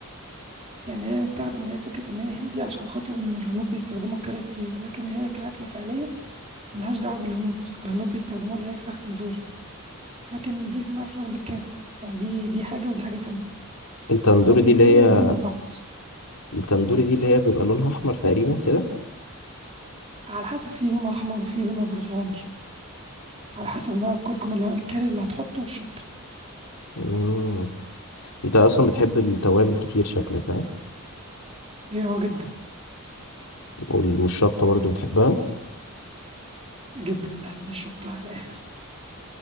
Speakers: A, on the right; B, on the left.
A: يعني هي متاخدة إن هي فكرة إن هي هندي عشان خاطر إن الهنود بيستخدموا الكاري كتير لكن هي كأكلة فعلية ملهاش دعوة بالهنود الهنود بيستخدموها اللي هي فراخ تندوري لكن دي اسمها فراخ بالكاري يعني دي دي حاجة ودي حاجة تانية
B: التندوري
A: بس
B: دي
A: الاتنين
B: اللي هي
A: قريبين من بعض
B: التندوري دي اللي هي بيبقى لونها أحمر تقريبا كده
A: على حسب في لون أحمر وفي لون برتقاني على حسب نوع الكركم اللي هو الكاري اللي هتحطه والشطة
B: مم. انت أصلا بتحب التوابل كتير شكلك ها
A: هي اه جدا
B: وال- والشطة برضو بتحبها؟
A: جدا بحب الشطة على الآخر